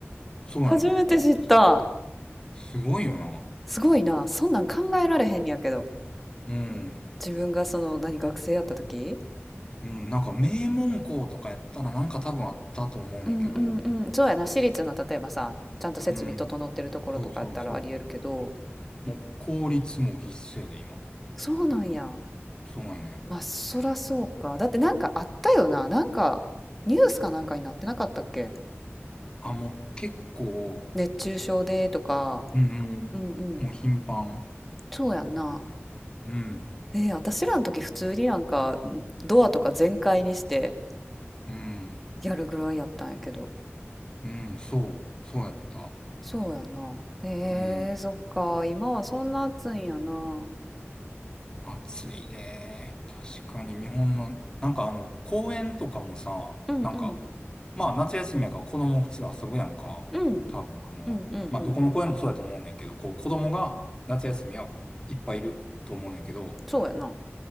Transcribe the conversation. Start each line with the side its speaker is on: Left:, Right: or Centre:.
Left: そうやねん。
Centre: 初めて知った。
Left: すごいよな。
Centre: すごいな。そんなん考えられへんねやけど。
Left: うん。
Centre: 自分がその何学生やった時
Left: うん。なんか名門校とかやったらなんか多分あったと思うねんけど。
Centre: うんうんうんそうやな私立の例えばさちゃんと設備整ってるところとかやったらありえるけど
Left: うん。そうそうそう。もう公立も必須やで、今。
Centre: そうなんや
Left: そうやね。
Centre: まあそらそうかだってなんかあったよななんかニュースかなんかになってなかったっけ
Left: あ、もう結構、
Centre: 熱中症でとか
Left: うん、うん。
Centre: うんうん
Left: もう頻繁。
Centre: そうやんな
Left: うん。
Centre: えー、私らの時普通になんかんドアとか全開にして
Left: うん。
Centre: やるぐらいやったんやけど
Left: うん。そう。そうやった。
Centre: そうやんなえー、
Left: うん。
Centre: そっか今はそんな暑いんやなうん
Left: 暑いで、確かに日本の、なんかあの、公園とかもさ、
Centre: うん
Left: なんか、まあ夏休みやから子供普通遊ぶやんか。
Centre: うん
Left: 多分あの、
Centre: うんうんうん。
Left: まあどこの公園もそうやと思うねんけど、こう子供が夏休みはいっぱいいると思うねんけど、
Centre: そうやな。